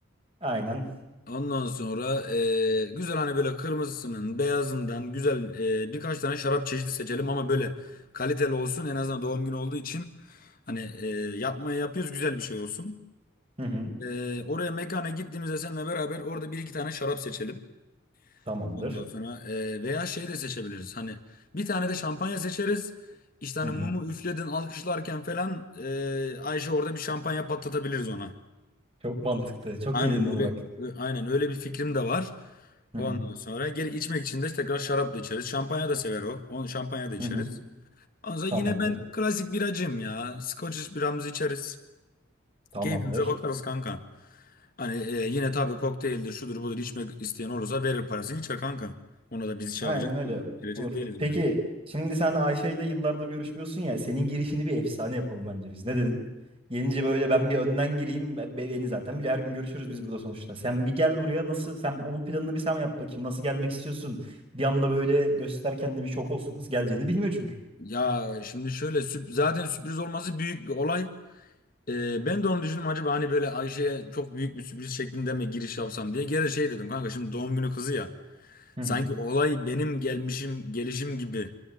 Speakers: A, on the right; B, on the left.
A: Aynen.
B: Ondan sonra eee, güzel hani böyle kırmızısının beyazından güzel eee, birkaç tane şarap çeşidi seçelim ama böyle kaliteli olsun en azından doğum günü olduğu için hani eee yapmaya yapıyoruz güzel bir şey olsun.
A: Hı hı.
B: Eee, oraya mekana gittiğimizde seninle beraber orada bir iki tane şarap seçelim.
A: Tamamdır.
B: Ondan sonra eee, veya şey de seçebiliriz hani bir tane de şampanya seçeriz. İşte hani
A: Hı hı.
B: mumu üfledin alkışlarken falan eee, Ayşe orada bir şampanya patlatabiliriz ona.
A: Çok mantıklı. Çok
B: Aynen
A: iyi dedin
B: öyle
A: onu bak.
B: ö- aynen öyle bir fikrim de var.
A: Hı
B: Ondan
A: hı.
B: sonra geri içmek için de tekrar şarap da içeriz. Şampanya da sever o. Onu şampanya da içeriz.
A: Hı hı.
B: Ondan sonra
A: Tamamdır.
B: yine ben klasik biracıyım ya. Scotch biramızı içeriz.
A: Tamamdır.
B: Keyfimize bakarız kanka. Hani e, yine tabii kokteyldir, şudur budur içmek isteyen olursa verir parasını içer kanka. Ona da biz şey
A: Aynen
B: yapacak
A: öyle.
B: değiliz. Girecek
A: Olur.
B: değiliz
A: Peki
B: millet.
A: şimdi sen Ayşe ile yıllardır görüşmüyorsun ya. Senin girişini bir efsane yapalım bence biz. Ne dedin? Gelince böyle ben bir önden gireyim. be- be- Beni zaten bile her gün görüşürüz biz burada sonuçta. Sen bir gel buraya nasıl? Sen onun planını bir sen yap bakayım. Nasıl gelmek istiyorsun? Bir anda böyle göster kendini bir şok olsun kız. Geleceğini bilmiyor çünkü.
B: Ya şimdi şöyle sürp- zaten sürpriz olması büyük bir olay. Ee, ben de onu düşündüm acaba hani böyle Ayşe'ye çok büyük bir sürpriz şeklinde mi giriş yapsam diye. Gene şey dedim kanka şimdi doğum günü kızı ya.
A: Hı
B: Sanki
A: hı.
B: olay benim gelmişim gelişim gibi